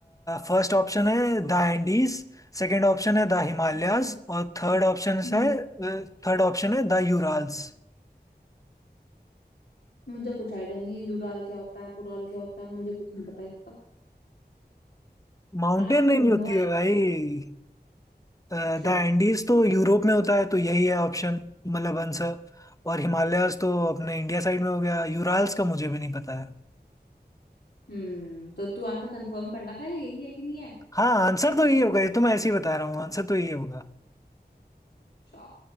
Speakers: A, on the left; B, on the left.
A: फर्स्ट ऑप्शन है द एंडीज सेकंड ऑप्शन है द हिमालयाज और थर्ड ऑप्शन
B: हम्म
A: है थर्ड ऑप्शन है द यूराल्स
B: मुझे कुछ आइडिया नहीं है यूराल क्या होता है पुराल क्या होता है मुझे कुछ नहीं पता इसका
A: माउंटेन
B: I
A: रेंज
B: don't
A: होती
B: know
A: है भाई द
B: अच्छा
A: एंडीज तो यूरोप में होता है तो यही है ऑप्शन मतलब आंसर और हिमालयाज तो अपने इंडिया साइड में हो गया यूराल्स का मुझे भी नहीं पता है
B: हम्म तो तू आंसर कंफर्म करना पहले यही है कि नहीं है
A: हाँ आंसर तो यही होगा ये तो मैं ऐसे ही बता रहा हूँ आंसर तो यही होगा
B: अच्छा